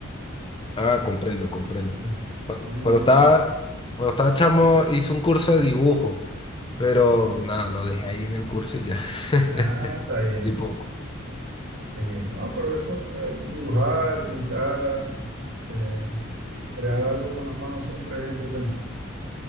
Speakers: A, on the left; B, on the right.
A: Ah, comprendo, comprendo.
B: Sí.
A: Cuando,
B: Y,
A: cuando estaba, cuando estaba chamo hice un curso de dibujo, pero nada, lo dejé ahí en el curso y ya. <laughs>
B: ah, está bien.
A: Y poco.
B: Eh, no, pero eso, el dibujar, pintar, eh, crear algo con las manos siempre es entretenido.